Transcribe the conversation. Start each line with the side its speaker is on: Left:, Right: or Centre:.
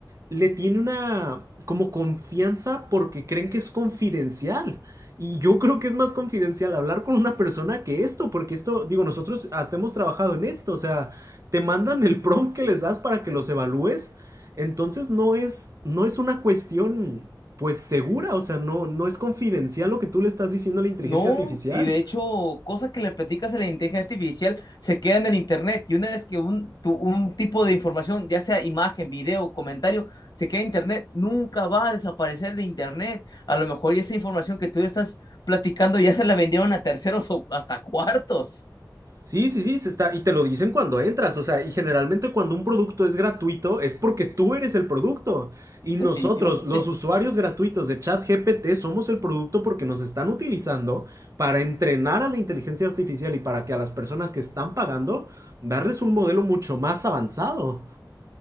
Right: le tiene una como confianza porque creen que es confidencial. Y yo creo que es más confidencial hablar con una persona que esto, porque esto, digo, nosotros hasta hemos trabajado en esto, o sea, te mandan el prompt que les das para que los evalúes, entonces no es, no es una cuestión, pues, segura, o sea, no, no es confidencial lo que tú le estás diciendo a la inteligencia
Left: no.
Right: artificial.
Left: Y de hecho, cosas que le platicas a la inteligencia artificial se queda en el internet. Y una vez que un, tu- un tipo de información, ya sea imagen, video, comentario, se queda en internet, nunca va a desaparecer de internet. A lo mejor y esa información que tú estás platicando ya se la vendieron a terceros o hasta cuartos.
Right: Sí, sí, sí, se está, y te lo dicen cuando entras, o sea, y generalmente cuando un producto es gratuito es porque tú eres el producto y
Left: Definitivamente.
Right: nosotros, los usuarios gratuitos de ChatGPT, somos el producto porque nos están utilizando para entrenar a la inteligencia artificial y para que a las personas que están pagando darles un modelo mucho más avanzado.